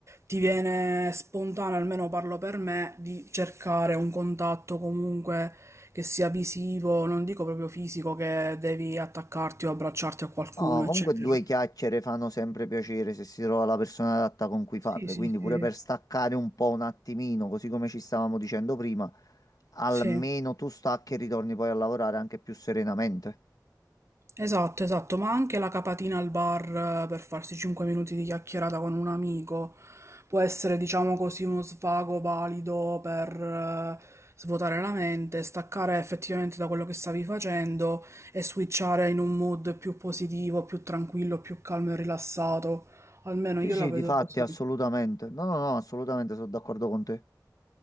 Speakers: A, on the right; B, on the left.
A: ti viene spontaneo, almeno parlo per me, di cercare un contatto comunque che sia visivo, non dico proprio fisico, che devi attaccarti o abbracciarti a qualcuno,
B: No, comunque
A: eccetera.
B: due chiacchiere fanno sempre piacere se si trova la persona adatta con cui farle,
A: Sì, sì,
B: quindi pure
A: sì,
B: per staccare un po' un attimino, così come ci stavamo dicendo prima, almeno
A: sì.
B: tu stacchi e ritorni poi a lavorare anche più serenamente.
A: Esatto, esatto, ma anche la capatina al bar eh, per farsi 5 minuti di chiacchierata con un amico può essere, diciamo così, uno svago valido per eh, svuotare la mente, staccare effettivamente da quello che stavi facendo e switchare in un mood più positivo, più tranquillo, più calmo e rilassato. Almeno
B: Sì,
A: io
B: sì,
A: la vedo
B: di fatti,
A: così.
B: assolutamente. No, no, no, assolutamente sono d'accordo con te.